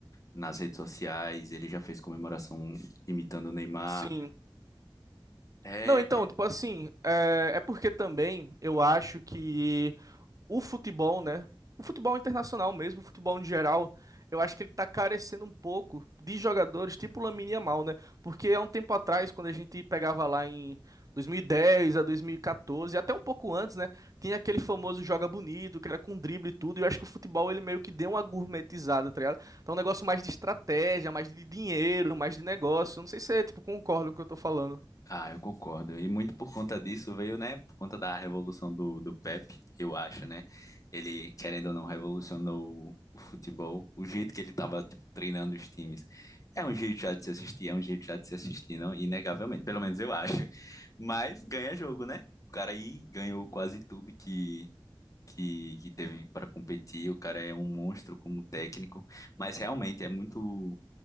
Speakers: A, on the left; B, on the right.
A: nas redes sociais, ele já fez comemoração imitando o Neymar.
B: Sim.
A: É,
B: Não, então, tipo assim, é, é porque também eu acho que o futebol, né? O futebol internacional mesmo, o futebol em geral, eu acho que ele tá carecendo um pouco de jogadores tipo Lamine Yamal, né? Porque há um tempo atrás, quando a gente pegava lá em 2010 a 2014, até um pouco antes, né? Tinha aquele famoso joga bonito, que era com drible e tudo, e eu acho que o futebol ele meio que deu uma gourmetizada, tá ligado? Então um negócio mais de estratégia, mais de dinheiro, mais de negócio. Não sei se você, tipo, concorda com o que eu tô falando.
A: Ah, eu concordo. E muito por conta disso veio, né? Por conta da revolução do, do Pepe, eu acho, né? Ele, querendo ou não, revolucionou o, o futebol. O jeito que ele estava treinando os times. É um jeito já de se assistir, é um jeito já de se assistir, não? Inegavelmente, pelo menos eu acho. Mas ganha jogo, né? O cara aí ganhou quase tudo que, que, que teve para competir. O cara é um monstro como técnico. Mas realmente é muito